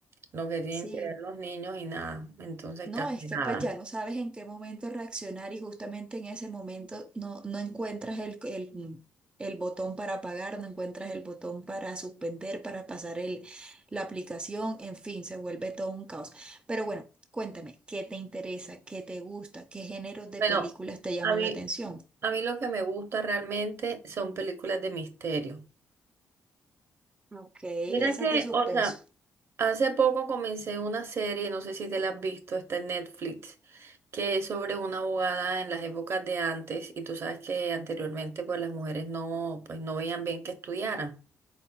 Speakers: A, on the right; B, on the right.
A: lo que tienen
B: Sí,
A: que ver los niños y nada, entonces
B: No,
A: casi
B: es que
A: nada.
B: pues ya no sabes en qué momento reaccionar y justamente en ese momento no, no encuentras el, el, el botón para apagar, no encuentras el botón para suspender, para pasar el, la aplicación, en fin, se vuelve todo un caos. Pero bueno, cuéntame, ¿qué te interesa? ¿Qué te gusta? ¿Qué géneros de
A: Bueno,
B: películas te llaman
A: a mí,
B: la atención?
A: a mí lo que me gusta realmente son películas de misterio.
B: Ok, esas
A: Mira que,
B: de suspenso.
A: o sea, Hace poco comencé una serie, no sé si te la has visto, está en Netflix, que es sobre una abogada en las épocas de antes, y tú sabes que anteriormente pues las mujeres no, pues no veían bien que estudiaran.